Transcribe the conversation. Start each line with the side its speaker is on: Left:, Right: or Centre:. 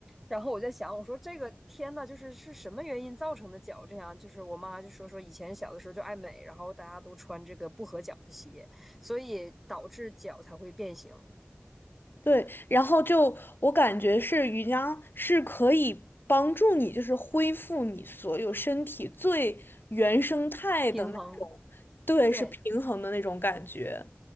Centre: 然后我在想，我说这个天呐，就是是什么原因造成的脚这样？就是我妈就说说以前小的时候就爱美，然后大家都穿这个不合脚的鞋，所以导致脚才会变形，
Left: 对，然后就我感觉是瑜伽是可以帮助你，就是恢复你所有身体最原生态的那种，
Centre: 平衡。
Left: 对，
Centre: 对。
Left: 是平衡的那种感觉。